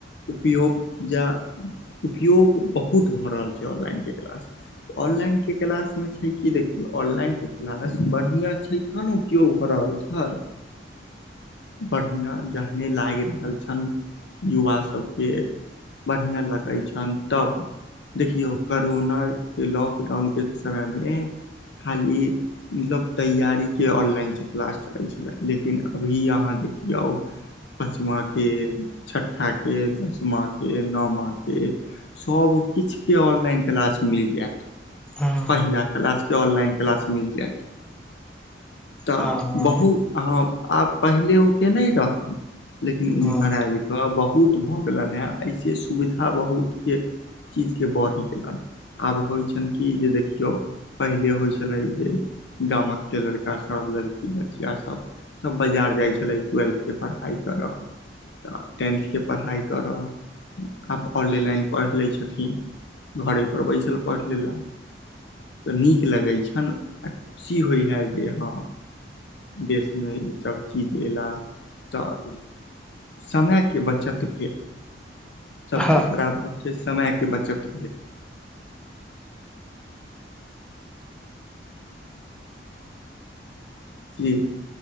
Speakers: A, on the left; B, in the centre.
A: उपयोग जा उपयोग बहुत भऽ रहल छै ऑनलाइनके क्लास। ऑनलाइन के क्लास मे छै कि देखियौ ऑनलाइन के क्लास बढ़िया छै तखन ने उपयोग भ रहल छै। बढ़िया जहने लागि रहल छनि युवा सभके बढ़ियां लगै छनि तब देखियौ करोना के लॉकडाउन के समय मे खाली मतलब तैयारी के ऑनलाइन से क्लास चले छले लेकिन अभी यह हां देखियौ पाँचमाके, छठाके, दसमाके, नओमाके सब किछुके ऑनलाइन क्लास मिल जायत।
B: हँ
A: पहिला क्लास के ऑनलाइन क्लास मिल जायत तऽ
B: हँ हँ
A: बहुत अहाँ आब पहिले ओतेक नहि रहनि लेकिन एमहर
B: हँ
A: आबि कऽ बहुत भऽ गेलनि हेँ एहिसँ सुविधा बहुतके चीज के बही गेलनि। आब होइ छन की जे देखियो पहिले होइ छले जे गामक के लड़का सब सब लड़की बचिया सब, सब बाजार जाइ छले ट्वेल्थ के पढ़ाई करऽ तऽ टेंथके पढ़ाइ करऽ, आब ऑनेलाइन पढ़ि लैत छथिन। घड़े पर बैसल पढ़ि लेला। तऽ नीक लगै छनि आ खुशी होइ हे जे हँ देशमे ईसभ चीज अयला तऽ समयके बचत भेल, सबसँ
B: हँ
A: बड़ा बात छै समयके बचत भेल। जी।